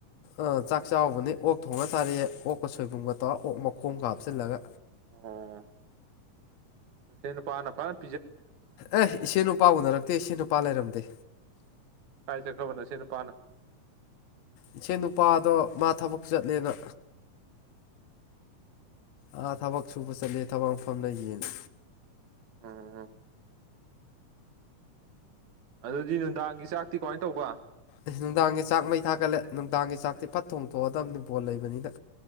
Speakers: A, on the left (about 65°); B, on the right (about 70°).
A: ꯑꯥ ꯆꯥꯛ ꯆꯥꯎꯕꯅꯤ ꯑꯣꯛ ꯊꯣꯡꯉ ꯆꯥꯔꯛꯑꯦ ꯑꯣꯛꯀ ꯁꯣꯏꯕꯨꯝꯒ ꯇꯧꯔꯒ ꯑꯣꯛ ꯃꯈꯣꯡꯒ ꯍꯥꯞꯆꯤꯜꯂꯒ
B: ꯑꯥ ꯅꯁꯦꯟ ꯅꯨꯄꯥꯅ ꯐꯠ
A: ꯑꯦ ꯏꯁꯦꯟ ꯅꯨꯄꯥ ꯎꯅꯔꯛꯇꯦ ꯏꯁꯦꯟ ꯅꯨꯄꯥ ꯂꯩꯔꯝꯗꯦ
B: ꯀꯥꯏ ꯆꯠꯈ꯭ꯔꯕ ꯅꯥꯁꯦꯟ ꯅꯨꯄꯥꯅ
A: ꯏꯆꯦꯟ ꯅꯨꯄꯥꯗꯣ ꯃꯥ ꯊꯕꯛ ꯆꯠꯂꯦꯅ ꯑꯥ ꯊꯕꯛ ꯁꯨꯕ ꯆꯠꯂꯦ ꯊꯕꯛ ꯃꯐꯝ ꯂꯩꯒꯤꯌꯦꯅ
B: ꯑꯣ ꯑꯗꯨꯗꯤ ꯅꯨꯡꯗꯥꯡꯒꯤ ꯆꯥꯛꯇꯤ ꯀꯃꯥꯏ ꯇꯧꯕ
A: ꯑꯦ ꯅꯨꯡꯗꯥꯡꯒꯤ ꯆꯥꯛ ꯃꯩ ꯊꯥꯒꯠꯂꯦ ꯅꯨꯡꯗꯥꯡꯒꯤ ꯆꯥꯛꯇꯤ ꯐꯠ ꯊꯣꯡꯊꯣꯛꯑꯗꯕꯅꯤ ꯕꯣꯜ ꯂꯩꯕꯅꯤꯅ